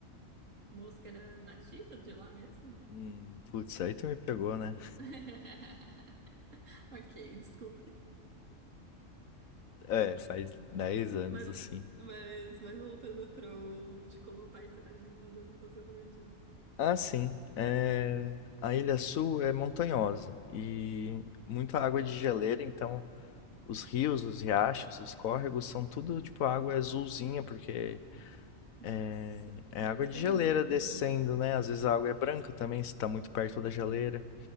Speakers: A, on the right; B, on the left.
A: Mosca era nativa de lá mesmo?
B: Hum, putz, aí tu me pegou, né?
A: <laughs> Ok, desculpe.
B: É, faz 10 anos,
A: Mas,
B: assim.
A: mas, mas voltando pro, de como a paisagem lá da Nova Zelândia.
B: Ah, sim. É, A Ilha Sul é montanhosa e muita água de geleira, então os rios, os riachos, os córregos são tudo tipo água azulzinha, porque
A: Nossa,
B: é, é
A: deve
B: água
A: ser
B: de geleira
A: lindo.
B: descendo, né? Às vezes a água é branca também, se tá muito perto da geleira.